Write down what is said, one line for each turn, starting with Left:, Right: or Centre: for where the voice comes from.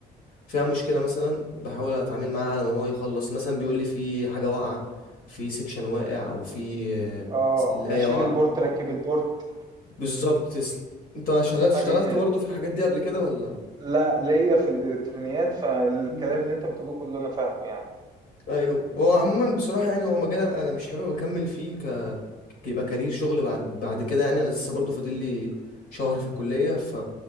Left: فيها مشكلة مثلا بحاول اتعامل معاها على ما هو يخلص مثلا بيقول لي في حاجة واقعة في سكشن واقع او في آه،
Right: اه
Left: سلاية
Right: اشيل
Left: واقعة
Right: البورت ركب البورت
Left: بالظبط تسلم انت شغال
Right: حاجة
Left: اشتغلت
Right: كده
Left: برضو في الحاجات دي قبل كده ولا
Right: لا ليا في الالكترونيات فالكلام
Left: مم.
Right: اللي انت بتقوله كله انا فاهمه يعني
Left: ايوه هو عموما بصراحه يعني هو مجال انا مش حابب اكمل فيه ك ك- يبقى كارير شغل بعد بعد كده يعني انا لسه برضو فاضل لي شهر في الكليه ف